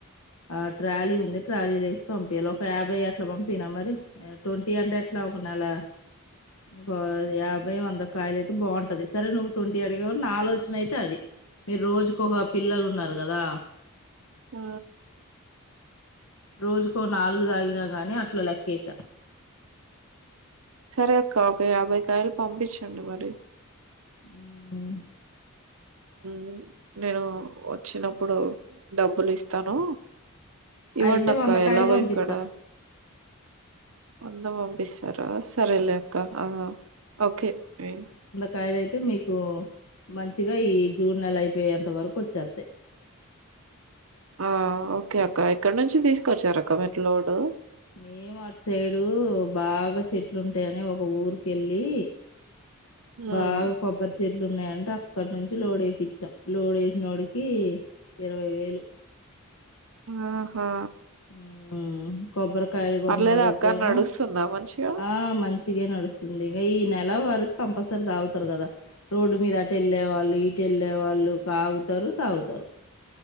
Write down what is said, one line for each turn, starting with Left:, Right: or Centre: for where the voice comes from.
Left: ఆ ట్రాలీ ఉంది. ట్రాలీలోయేసి పంపియాల ఒక యాభై అట్లా, పంపిన మరి య ట్వంటీ అంటే ఎట్లా? ఒక నెల <unintelligible> యాభై, వంద కాయలైతే బావుంటది సరే నువ్వు ట్వంటీ. <unintelligible> <unintelligible> డు నా ఆలోచనైతే అది మీర్రోజుకోక పిల్లలున్నారు కదా!
Right: హు
Left: రోజుకో నాలుగు తాగినా గాని అట్లా లెక్కేసా.
Right: సరే అక్క ఒక యాభైకాయలు పంపిచండి మరి.
Left: మ్ మ్మ్
Right: మ్ నేను వచ్చినప్పుడు డబ్బులిస్తాను. ఇవ్వండక్క
Left: అయితే వందకాయలు
Right: ఎలాగో
Left: పంపిస్తా
Right: ఇక్కడ అం <unintelligible> పంపిస్సర్. ఆ సరేలేక్క ఆ ఓకే <unintelligible>
Left: కాయలైతే మీకు మంచిగా ఈ జూన్ నెల అయిపోయేంత వరకు వచ్చేతయ్.
Right: <inaudible> ఆ ఓకే అక్క ఎక్కడ నుంచి తీసుకొచ్చారక్క మీరు లోడు.
Left: మేము అట్సైడు బాగా చెట్లుంటాయని ఒక ఊరికెళ్ళి.
Right: హ్మ్.
Left: బాగా కొబ్బరి చెట్లు ఉన్నాయంటే అక్కడి నుంచి లోడ్ వేయిచ్చాం లోడ్ వేసినోడికి ఇరవై వేలు
Right: ఓహో
Left: ఉమ్ కొబ్బరికాయలు కొన్నోడికేమో
Right: పర్లేదా అక్క నడుస్తుందా మంచిగా
Left: ఆ మంచిగా నడుస్తుంది ఇంకా ఈ నెల వారికి కంపల్సరీ తాగుతారు కదా రోడ్డు మీద అటు వెళ్ళే వాళ్ళు ఇటు వెళ్ళే వాళ్ళు కాగ్ తారు తాగుతారు